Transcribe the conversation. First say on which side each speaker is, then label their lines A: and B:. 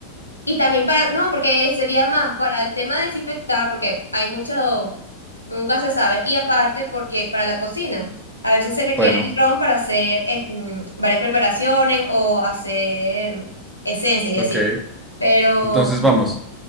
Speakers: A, on the left; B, in the centre.
A: Y también para, no, porque sería más para el tema de desinfectar, porque hay mucho, nunca se sabe. Y aparte porque para la cocina, a veces se requiere
B: Bueno,
A: el ron para hacer eh, mm, varias preparaciones o hacer esencias y
B: ok.
A: así. Pero,
B: Entonces vamos.